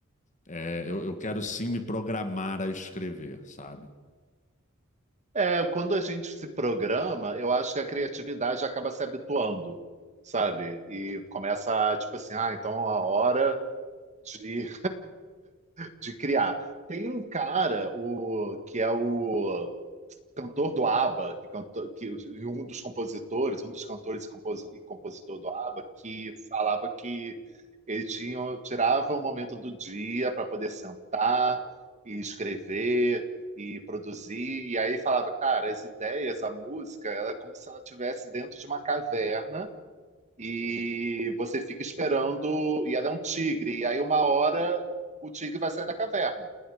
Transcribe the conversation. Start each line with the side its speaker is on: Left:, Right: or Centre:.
Left: é, eu, eu quero sim me programar a escrever, sabe?
Right: É, quando a gente se programa, eu acho que a criatividade acaba se habituando, sabe? E começa, tipo assim, ah, então a hora de, de criar. Tem um cara, o, que é o cantor do ABBA, que, cantou, que e um dos compositores, um dos cantores e, compos- e compositor do ABBA, que falava que ele tinha, tirava um momento do dia para poder sentar e escrever e produzir. E aí falava, cara, as ideias, a música, ela é como se ela estivesse dentro de uma caverna e você fica esperando, e ela é um tigre, e aí uma hora o tigre vai sair da caverna.